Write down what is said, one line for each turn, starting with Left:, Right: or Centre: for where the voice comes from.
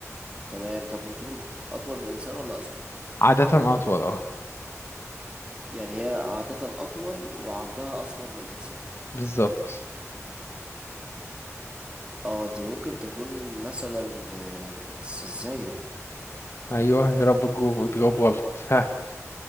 Right: تمام طب وطول أطول من الإنسان ولا أصغر
Left: عادة اطول اه
Right: يعني هي عادة أطول وعرضها أصغر من الإنسان
Left: بالظبط
Right: اه دي ممكن تكون مثلا آه، بس ازاي ده
Left: ايوه يا رب تجاوب تجاوب غلط ها